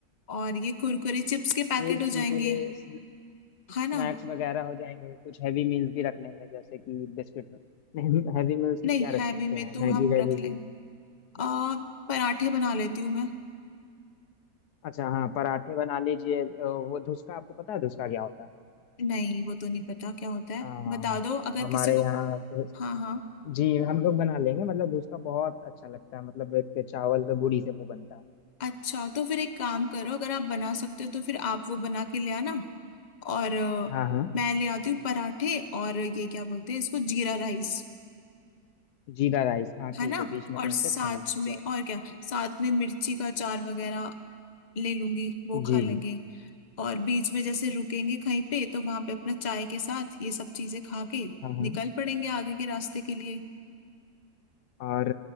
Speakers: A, on the left; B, on the left.
A: और ये कुरकुरे चिप्स के पैकेट
B: लेज
A: हो
B: कुरकुरे
A: जाएंगे
B: स्न-
A: है ना
B: स्नैक्स वगैरह हो जाएंगे कुछ हैवी मील्स भी रख लेंगे जैसे कि बिस्किट हैवी मील्स
A: नहीं
B: में क्या रख
A: हैवी
B: सकते
A: में
B: हैं
A: तो
B: मैगी
A: हम
B: वैगी
A: रख लें
B: भी
A: आ पराठे बना लेती हूँ मैं
B: अच्छा हाँ पराठे बना लीजिए अ, वो धुसका आपको पता है धुसका क्या होता है
A: नहीं वो तो नहीं पता क्या होता है
B: आ,
A: बता दो अगर
B: हमारे
A: किसी को
B: यहाँ धुस-
A: हाँ हाँ
B: जी हम लोग बना लेंगे मतलब धुसका बहुत अच्छा लगता है मतलब एक चावल के बूड़ी से वो बनता है
A: अच्छा तो फिर एक काम करो अगर आप बना सकते हो तो फिर आप वो बना के ले आना और अ,
B: हाँ हाँ
A: मैं ले आती हूँ पराठे और ये क्या बोलते हैं इसको जीरा राइस
B: जीरा राइस हाँ ठीक
A: है ना
B: है बीच में
A: और
B: कहीं
A: साथ
B: पे खाया हुआ है
A: में और क्या साथ में मिर्ची का अचार वगैरह ले लूंगी वो खा
B: जी
A: लेंगे और बीच में जैसे रुकेंगे कहीं पे तो वहां पे अपना चाय के साथ ये सब चीजें खा के
B: हाँ हाँ
A: निकल पड़ेंगे आगे के रास्ते के लिए
B: और